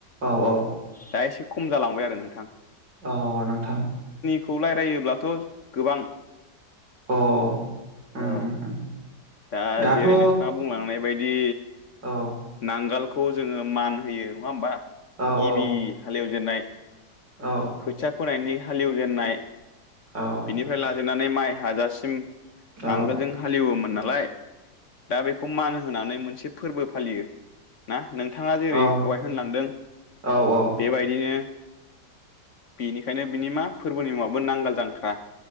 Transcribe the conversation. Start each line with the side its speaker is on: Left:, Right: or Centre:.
Right: औ औ
Left: दा एसे खम जालांबाय आरो नोंथां
Right: औ नोंथां
Left: खौ रायलायोब्लाथ' गोबां
Right: अ उम
Left: औ
Right: उम उम
Left: दा
Right: दाथ'
Left: जेरै
Right: औ
Left: नोंथाङा बुंलांनाय बायदि
Right: औ
Left: नांगोलखौ खौ जोङो मान होयो नङा होमबा ।
Right: औ
Left: गिबि
Right: औ
Left: हाल एवजेन जेननाय
Right: औ
Left: खोथिया फोनायनि हालेवजेननाय
Right: औ
Left: बिनिफ्राय ला जेननानै माइ हाजासिम
Right: औ
Left: नांगोलजों हालेवोमोन ना लाय दा बेखौ मान होनानै मोनसे फोरबो फालियो ना नोंथाङा जेरै
Right: औ
Left: दहाय होनलांदों
Right: औ
Left: बेबायदिनो बेनिखायनो बिनि मा फोरबोनि मुङाबो नांगोल जांख्रा